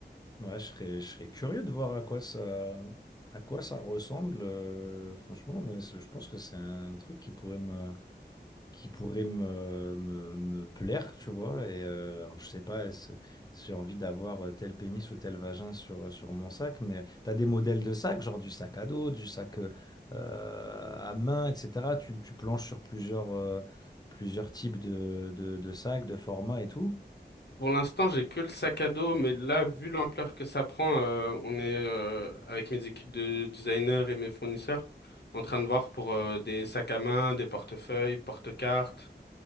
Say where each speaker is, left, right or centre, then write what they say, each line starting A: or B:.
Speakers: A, on the left; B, on the left.
A: Ouais, je serais, je serais curieux de voir à quoi ça, à quoi ça ressemble. euh, franchement, ouais, c'est- je pense que c'est un truc qui pourrait me, qui pourrait me, me, me plaire, tu vois. Et euh, alors, je sais pas est-ce- si j'ai envie d'avoir euh, tel pénis ou tel vagin sur, euh, sur mon sac, mais tu as des modèles de sacs, genre du sac à dos, du sac euh, euh, à main, etc. Tu, tu planches sur plusieurs, euh, plusieurs types de, de, de sacs, de formats et tout.
B: Pour l'instant, j'ai que le sac à dos, mais là, vu l'ampleur que ça prend, euh, on est euh, avec mes équipes de designers et mes fournisseurs en train de voir pour euh, des sacs à main, des portefeuilles, porte-cartes